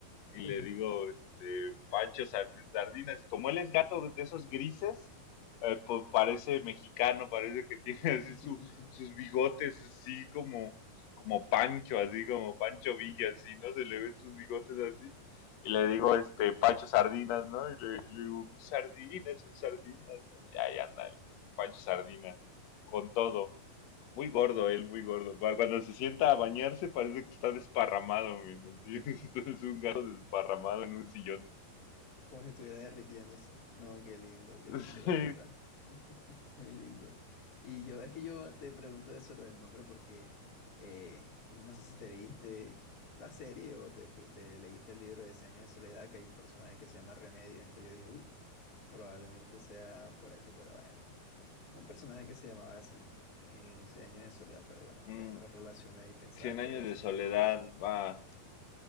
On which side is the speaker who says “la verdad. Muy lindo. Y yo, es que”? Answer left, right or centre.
Left